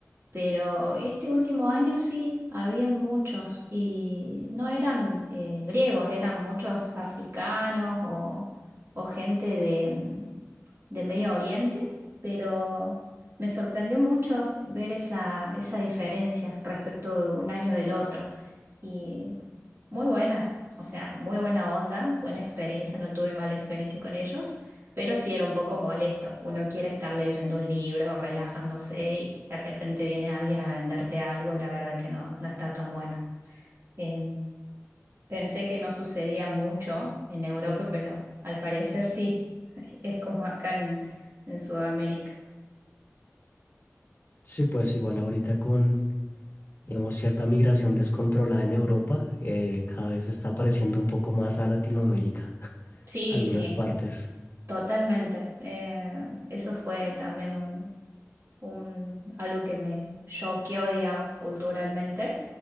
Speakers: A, on the right; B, on the left.
A: Pero este último año sí, habían muchos y no eran eh, griegos, eran muchos africanos o, o gente de, mm, de Medio Oriente, pero me sorprendió mucho ver esa, esa diferencia respecto de un año del otro. Y muy buena, o sea, muy buena onda, buena experiencia, no tuve mala experiencia con ellos. Pero sí era un poco molesto. Uno quiere estar leyendo un libro, relajándose y de repente viene alguien a venderte algo. La verdad que no, no está tan bueno. Eh, pensé que no sucedía mucho en Europa, pero al parecer sí. <laughs> Es como acá en, en Sudamérica.
B: Sí, pues igual ahorita con, digamos, cierta migración descontrolada en Europa, eh, cada vez se está apareciendo un poco más a Latinoamérica,
A: Sí,
B: algunas
A: sí,
B: partes.
A: totalmente. Eh, eso fue también un un- algo que me choqueó, digamos, culturalmente.